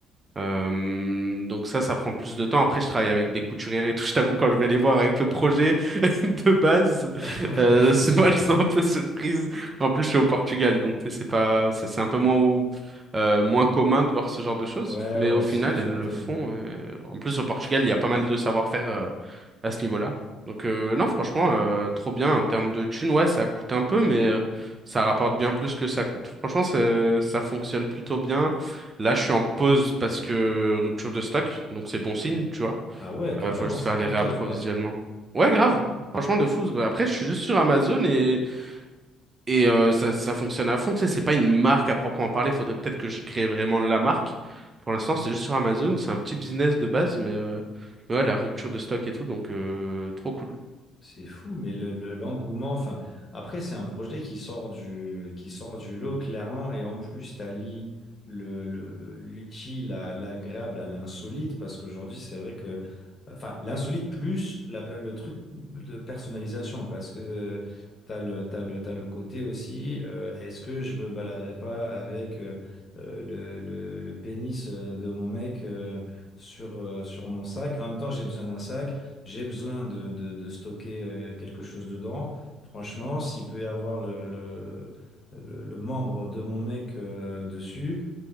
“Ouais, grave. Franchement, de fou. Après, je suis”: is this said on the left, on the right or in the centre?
Right